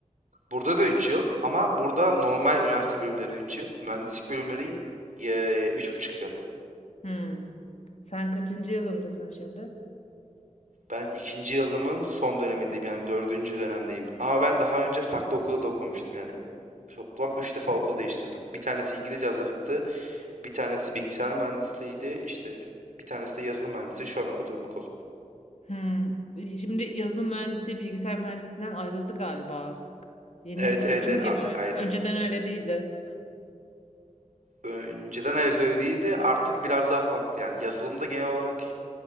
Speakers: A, on the right (about 80°); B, on the left (about 60°).
A: Burada da 3 yıl ama burada normal üniversite bölümleri 3 yıl. Mühendislik bölümleri üç buçuk yıl.
B: Hmm. Sen kaçıncı yılındasın şimdi?
A: Ben ikinci yılımın son dönemindeyim yani dördüncü dönemdeyim. Ama ben daha önce farklı okulda da okumuştum yani. Toplam üç defa okul değiştirdim. Bir tanesi İngilizce hazırlıktı, bir tanesi bilgisayar mühendisliğiydi, işte bir tanesi de yazılım Mühendisliği şu an okuduğum okul.
B: Hmm. Şimdi yazılım mühendisi bilgisayar mühendisliğinden ayrıldı galiba artık. Yeni
A: Evet
B: bölüm
A: evet evet
B: gibi
A: artık
B: mi?
A: ayrı.
B: Önceden öyle değildi.
A: Önceden evet öyle değildi artık biraz daha farklı yani yazılımda genel olarak